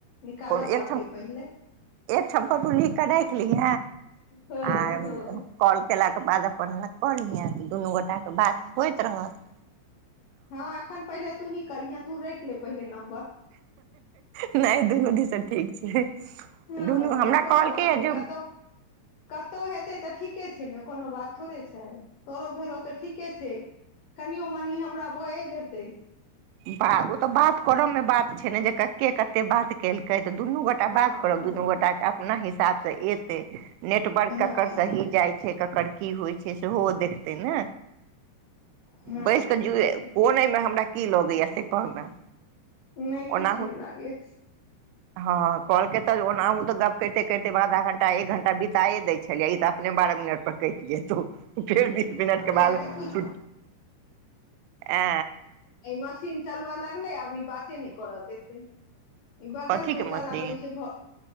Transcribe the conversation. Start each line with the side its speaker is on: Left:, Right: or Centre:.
Left: निकाल
Right: कोनो
Left: पड़तै
Right: एकठाम
Left: पहिले
Right: एकठाम कतहु लिख कऽ राखि लिहे
Left: हूँ
Right: आ कॉल कयलाके बाद अपन कहिय दुनू गोटाके बात होइत रहत
Left: हँ एखन पहिले तू ही करहीहे तू रेट ले पहिले नम्बर
Right: नहि दुनू दिसन ठीक छै
Left: ह
Right: दुनू हमरा
Left: कोनो
Right: कहलकैए
Left: बात नहि
Right: जे
Left: कतौ कतहु हेतै तऽ ठीके छै ने कोनो बात थोड़े छै तोरो भेलो ओ तऽ ठीके छै कनि मनी हमरा भए जेतै
Right: ब ओ तऽ बात करऽ मे बात छै ने जे के कते बात केलकै कहै तऽ दुनू गोटा
Left: हँ
Right: बात करब दुनू
Left: हँ
Right: गोटाके अपना हिसाबसँ एतै नेटवर्क
Left: हँ
Right: ककर सही जाइ छै ककर की होइ छै सेहो देखते ने
Left: हँ हँ
Right: बैस क ज
Left: हँ
Right: कोन एहिमे हमरा की लगय यए से कहूं ना
Left: नहि किछु
Right: ओना
Left: नहि लागै छै
Right: हँ कलके तऽ ओना तऽ गप करिते करिते आधा घंटा एक घंटा बिताए दै छलियै ई तऽ अपने बारह मिनट परर कटि जेतौ फेर बीस मिनटके
Left: हैया
Right: बाद
Left: देखी
Right: छुटी आ
Left: ई मशीन चलबाय लागल आब ई बाते नहि करय देतै ई बगल
Right: कथीके
Left: में
Right: मशीन
Left: चलाबे छै घ